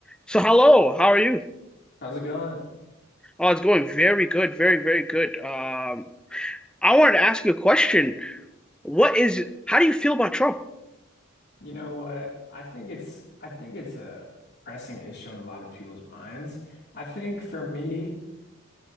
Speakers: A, in the centre; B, on the left.
A: So hello, how are you?
B: How's it going?
A: Oh, it's going very good, very, very good. Um, I wanted to ask you a question. What is, how do you feel about Trump?
B: You know what? I think it's I think it's a pressing issue in a lot of people's minds. I think for me,